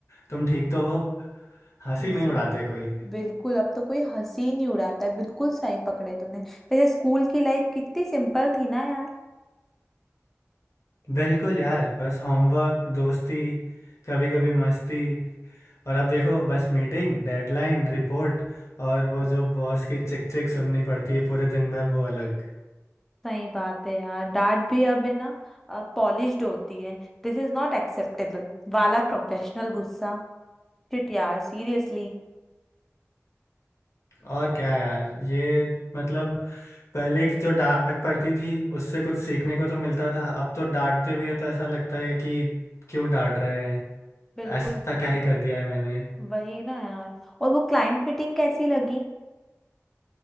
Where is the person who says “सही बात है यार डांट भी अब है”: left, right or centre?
Centre